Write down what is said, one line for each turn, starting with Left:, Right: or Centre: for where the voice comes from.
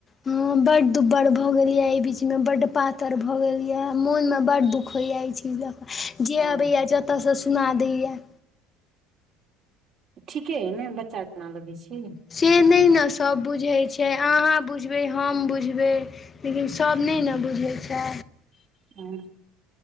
Left: ह, बड दुब्बर भऽ गेल ये इ बीचमें बड पातर भए गेल ये मोनमें बड दुख होया छै जे
Right: ओ
Left: अबैया जतऽ सँ सुना दैया।
Right: ठीके हइ ने बच्चा जनाकऽ लगै छी
Left: से नहि ने सभ बुझैत छै अहाँ बुझबै हम बुझबै। लेकिन सभ नहि ने बुझैत छै।
Right: हँ।